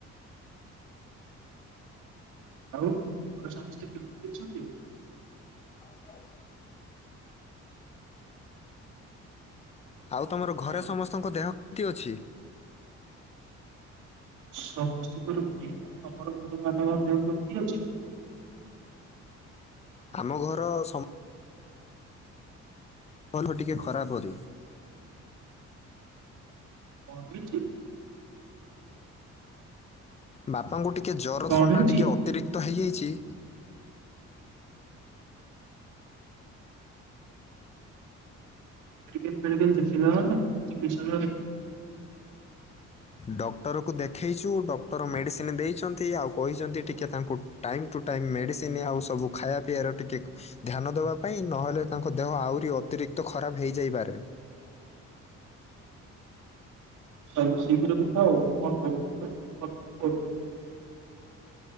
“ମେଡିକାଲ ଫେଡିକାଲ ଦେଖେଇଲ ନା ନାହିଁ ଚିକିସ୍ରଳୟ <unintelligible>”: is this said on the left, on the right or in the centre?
Right